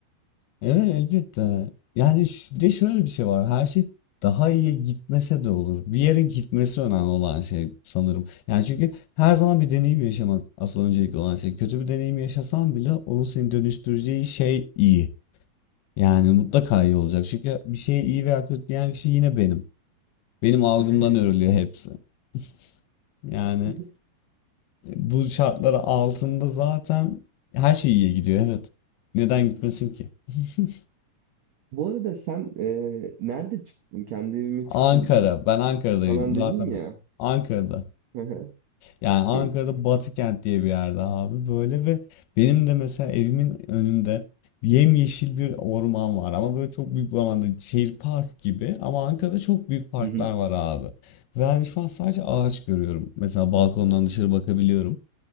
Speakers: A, on the left; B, on the right.
A: Evet elbette. Yani ş- bir de şöyle bir şey var. Her şey daha iyiye gitmese de olur. Bir yere gitmesi önemli olan şey sanırım. Yani çünkü her zaman bir deneyim yaşamak asıl öncelikli olan şey. Kötü bir deneyim yaşasan bile onun seni dönüştüreceği şey iyi. Yani mutlaka iyi olacak. Çünkü bir şey iyi veya kötü diyen kişi yine benim. Benim algımdan
B: <laughs>
A: örülüyor hepsi. <laughs> Yani
B: Hı hı.
A: e, bu şartlar altında zaten her şey iyiye gidiyor. Evet. Neden gitmesin ki? <laughs>
B: Bu arada sen e, nerede çıktın? Kendi evime çıktım
A: Ankara. Ben Ankara'dayım
B: falan
A: zaten.
B: dedin ya.
A: Ankara'da.
B: <laughs> Hı hı,
A: Yani
B: Okey.
A: Ankara'da Batıkent diye bir yerde abi böyle ve benim de mesela evimin önünde yemyeşil bir orman var ama böyle çok büyük bir orman değil, şehir park gibi ama Ankara'da çok büyük parklar
B: Hı hı,
A: var abi. Ve hani şu an sadece ağaç görüyorum. Mesela balkondan dışarı bakabiliyorum.